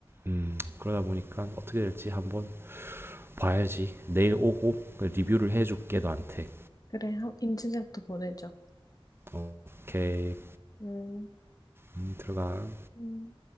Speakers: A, on the right; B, on the left.
A: 음, 그러다 보니까 어떻게 될지 한번 봐야지 내일 오고 그 리뷰를 해줄게 너한테
B: 그래, 한- 인증샷도 보내줘.
A: 어, 오케이
B: 음.
A: 음, 들어가
B: 음.